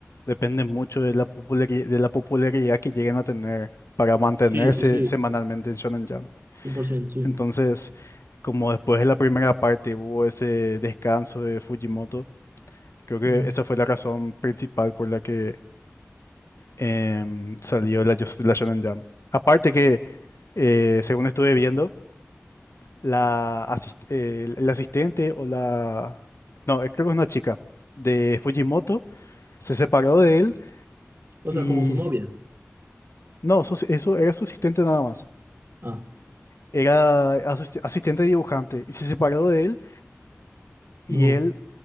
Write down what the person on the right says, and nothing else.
Sí, sí, sí,
100% sí.
Mm.
O
sea, como su novia.
Ah,
no.